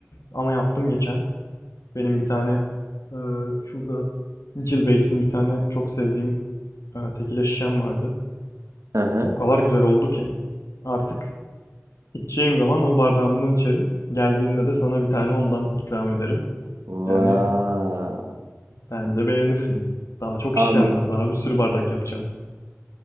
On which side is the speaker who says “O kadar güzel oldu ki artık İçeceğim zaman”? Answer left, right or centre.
Left